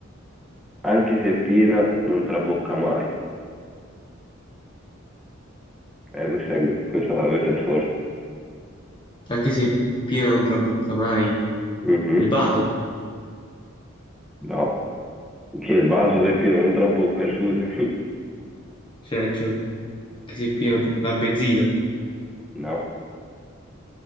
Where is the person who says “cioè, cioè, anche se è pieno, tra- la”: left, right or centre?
Left